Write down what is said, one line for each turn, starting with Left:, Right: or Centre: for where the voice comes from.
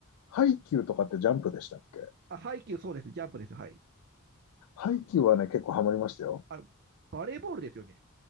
Left: ハイキューとかってジャンプでしたっけ
Right: あ、ハイキューそうです。ジャンプです。はい。
Left: ハイキューはね、結構ハマりましたよ。
Right: あの、バレーボールですよね。